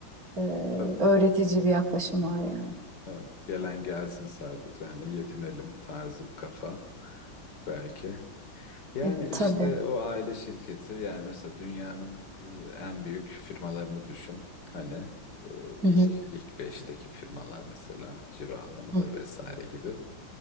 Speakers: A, on the right; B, on the left.
A: e,
B: tabii
A: öğretici bir yaklaşım var yani.
B: evet, gelen gelsin sadece hani yetinelim tarzı bir kafa belki. Yani
A: E,
B: işte
A: tabii.
B: o aile şirketi yani mesela dünyanın e, en büyük firmalarını düşün. Hani e, ilk
A: Hı hı.
B: ilk beşteki firmalar mesela ciro anlamında
A: Hı.
B: vesaire gibi.